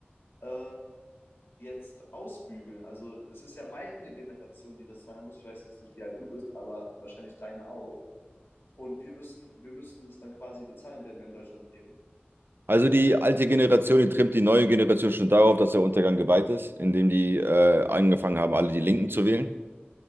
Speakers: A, on the left; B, on the right.
A: äh, jetzt ausbügeln. Also es ist ja meine Generation, die das zahlen muss. Ich weiß jetzt nicht, wie alt du bist, aber wahrscheinlich deine auch. Und wir müssen, wir müssen das dann quasi bezahlen, wenn wir in Deutschland leben.
B: Also die alte Generation, die trimmt die neue Generation schon darauf, dass der Untergang geweiht ist, indem die äh, angefangen haben, alle die Linken zu wählen.